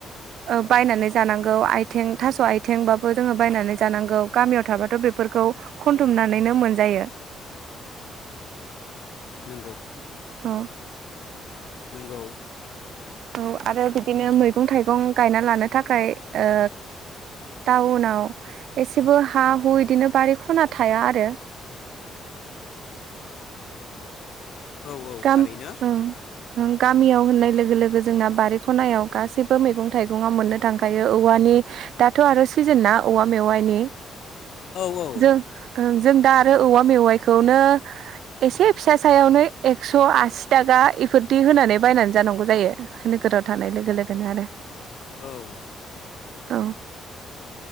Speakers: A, on the right; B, on the left.
A: ओ बायनानै जानांगौ आइथें थास' आइ थें बाबो जोङो बायनानै जानांगौ गामियाव थाबाथ' बेफोरखौ खनथुमनानैनो मोनजायो
B: नोंगौ
A: औ
B: नोंगौ
A: औ आरो बिदिनो मैगं थाइगं गायना लानो थाखाय ओ टाउनाव एसेबो हा हु बिदिनो बारि खना थाया आरो
B: औ औ
A: गाम
B: थारैनो
A: ओं ओं गामियाव होननाय लोगो लोगो जोंना बारि खनायाव गासैबो मैगं थाइगङा मोननो थांखायो औवानि दाथ'ए आरो सिजोन ना औवा मेवाइनि
B: औ औ
A: जो ओं जों दा आरो औवा मेवाइखौनो एसे फिसा सायावनो एक्स' आसि थाखा इफोरदि होनानै बायनानै जानांगौ जायो नोगोराव थानाय लोगो लोगोनो आरो
B: औ
A: औ